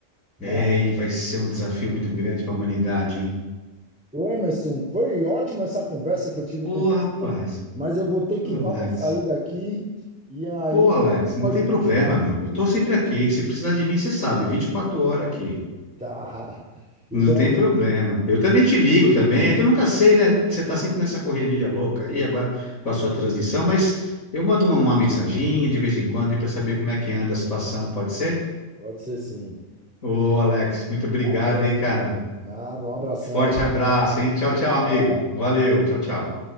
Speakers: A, on the left; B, in the centre.
A: É,
B: Mas,
A: e vai ser um desafio muito grande para a humanidade, hein?
B: ô, Emerson, foi ótima essa conversa que eu tive
A: Ô,
B: com
A: rapaz,
B: você, mas eu vou ter que
A: ô,
B: dar
A: Alex.
B: uma saída aqui e aí
A: Pô, Alex, não
B: pode
A: tem
B: continuar.
A: problema, meu. Eu tô sempre aqui. Se precisar de mim, você sabe, Vinte e quatro horas aqui.
B: Tá. Então,
A: Não tem problema. Eu também te ligo também. É que eu nunca sei, né? Você tá sempre nessa correria louca aí, agora com a sua transição, mas eu mando uma, uma mensaginha de vez em quando aí para saber como é que anda a situação, pode ser?
B: pode ser sim.
A: Ô, Alex, muito obrigado,
B: Valeu.
A: hein, cara.
B: Nada, um abração.
A: Forte abraço, hein? Tchau, tchau,
B: Tchau.
A: amigo. Valeu, tchau, tchau.